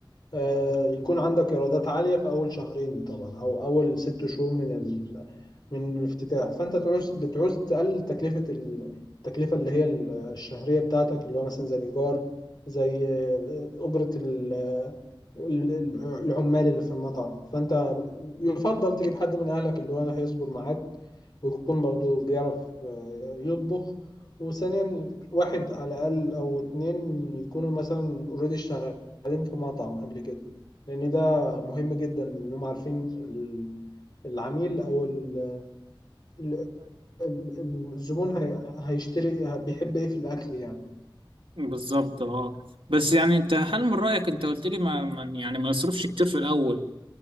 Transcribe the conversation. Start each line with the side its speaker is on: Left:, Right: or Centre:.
Left: آه، يكون عندك ايرادات عاليه في اول شهرين طبعا او اول ست شهور من ال... من الافتتاح فانت تعوز بتعوز تقلل تكلفه ال- التكلفه اللي هي ال- الشهريه بتاعتك اللي هو مثلا زي الايجار زي آه، اجره ال... ال- ال- العمال اللي في المطعم فانت يفضل تجيب حد من اهلك اللي هو هيصبر معاك ويكون برضو بيعرف آه، يطبخ وثانيا واحد على الاقل او اتنين يكونوا مثلا اوريدي قدمت في مطعم قبل كده لأن ده مهم جدا إنهم عارفين ال- العميل أو ال- ال- الزبون هي- هيشتري بيحب إيه في الأكل يعني
Right: بالظبط اه بس يعني انت هل من رأيك انت قلت لي ما ما- يعني ما نصرفش كتير في الأول